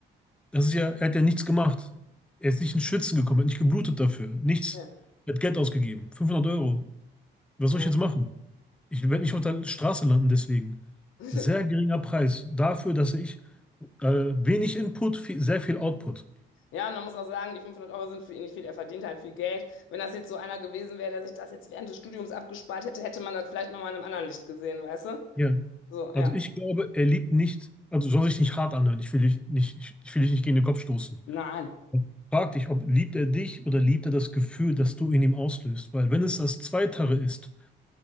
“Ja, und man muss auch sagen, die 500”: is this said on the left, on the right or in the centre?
Left